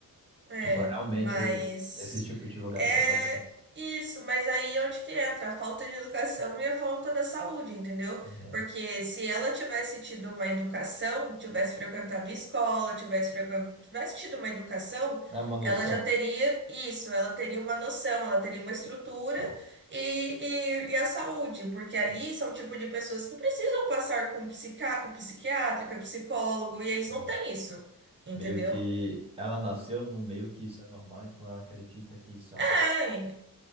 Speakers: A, on the right (about 30°); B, on the right (about 15°).
A: É,
B: Tipo, realmente,
A: mas.
B: esse tipo de lugares
A: É
B: só pode acontecer.
A: isso, mas aí é onde que entra a falta de educação e a falta da saúde, entendeu?
B: É.
A: Porque se ela tivesse tido uma educação, tivesse frequentado escola, tivesse, frequen- tivesse tido uma educação,
B: É uma noção.
A: ela já teria isso, ela teria uma noção, ela teria uma estrutura
B: É,
A: e, e, e a saúde, porque
B: sim.
A: ali são o tipo de pessoas que precisam passar com psica, psiquiátrica, psicólogo, e eles
B: Aham.
A: não têm isso, entendeu?
B: Meio que ela nasceu num meio que isso é normal, então ela acredita que isso é algo.
A: É,